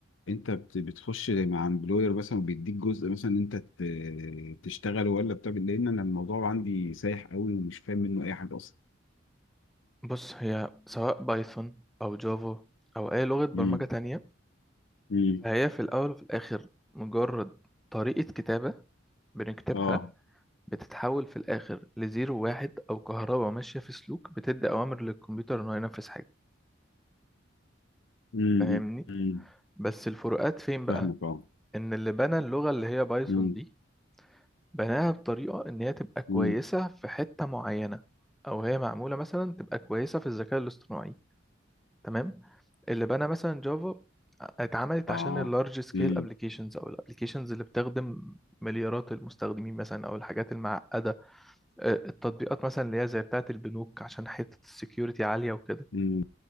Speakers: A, on the left; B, in the centre.
A: انت بت- بتخش مع امبلوير مثلا وبيديك جزء مثلا انت ت- تشتغله ولا بتعمل لان انا الموضوع عندي سايح قوي ومش فاهم منه اي حاجه اصلا
B: بص هي سواء بايثون او جافا او اي لغه برمجه
A: امم
B: تانية
A: امم
B: فهي في الاول وفي الاخر مجرد طريقه كتابه بنكتبها
A: اه
B: بتتحول في الآخر لزيرو واحد أو كهرباء ماشية في سلوك بتدي أوامر للكمبيوتر إنه ينفذ حاجة
A: امم
B: فاهمني؟
A: امم
B: بس الفروقات فين بقى؟
A: فاهمك اه
B: إن اللي بنى اللغة اللي هي بايثون
A: امم
B: دي بناها بطريقة إن هي تبقى كويسة
A: امم
B: في حتة معينة أو هي معمولة مثلا تبقى كويسة في الذكاء الاصطناعي تمام؟ اللي بنى مثلا جافا اتعملت
A: اه
B: عشان اللارج سكيل
A: امم
B: ابلكيشنز او الابلكيشنز اللي بتخدم مليارات المستخدمين مثلا او الحاجات المعقده آه، التطبيقات مثلا اللي هي زي بتاعة البنوك عشان حتة السكيورتي عالية وكده
A: امم